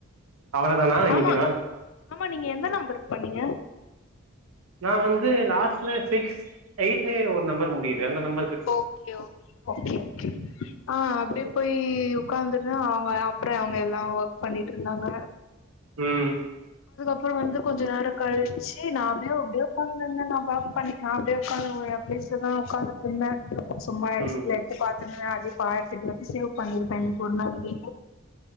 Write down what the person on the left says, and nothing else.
ஆமா
ஆமா நீங்க எந்த நம்பருக்கு பண்ணீங்க
okay okay okay okay ஆஹ் அப்படிய
போய் உக்கந் வந்த அவங்க அப்புற அவங்க எல்லா ஒர்க் பண்ணிட்டு இருந்தாங்க
அப்பற வந்து கொஞ்ச நேர கழிச்ச நா அப்டியே அப்டியே உக்கந்துயிருந்தே நா ஓர்க் பண்ணி நா அப்டியே உக்கரந்து அப்டியே என் பிளேஸ்ல உக்க என்ன சும்மா எக்ஸ்ல
எத்து பாத்து <unintelligible> பத்துட்டு வந்து சேவ் பண்ணிருப்பே இன்னைக்கு ஒரு நாளைக்கு